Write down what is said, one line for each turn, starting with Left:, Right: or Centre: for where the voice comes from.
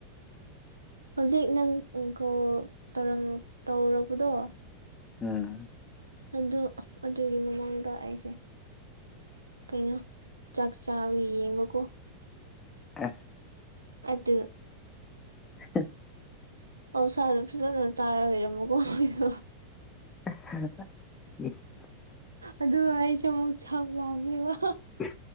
Right: ꯍꯧꯖꯤꯛ ꯅꯪꯪ ꯀꯣꯜꯧ ꯇꯧꯔꯛꯄꯗꯣ
Left: ꯎꯝ
Right: ꯑꯗꯨ ꯑꯗꯨꯒꯤ ꯃꯃꯥꯡꯗ ꯑꯩꯁꯦ ꯀꯩꯅꯣ ꯆꯥꯛ ꯆꯥꯋ ꯌꯦꯡꯕꯀꯣ
Left: ꯑ <unintelligible>
Right: ꯑꯗ
Left: ꯍ <unintelligible>
Right: ꯑꯧ ꯁꯥꯥꯗꯣ ꯐꯖꯖꯅ ꯆꯥꯔ ꯂꯩꯔꯝꯃꯣꯀꯣ ꯑꯩꯗ
Left: <inaudible> <unintelligible>
Right: ꯑꯗꯨꯒ ꯑꯩꯁꯦ ꯑꯃꯨꯛ ꯆꯥꯎ ꯂꯥꯎꯈ꯭ꯔꯦꯕ
Left: ꯑ